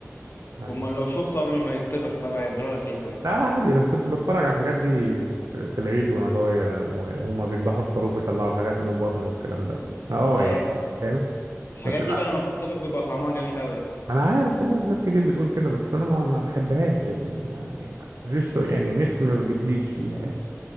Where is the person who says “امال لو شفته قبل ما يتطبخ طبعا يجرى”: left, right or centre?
Left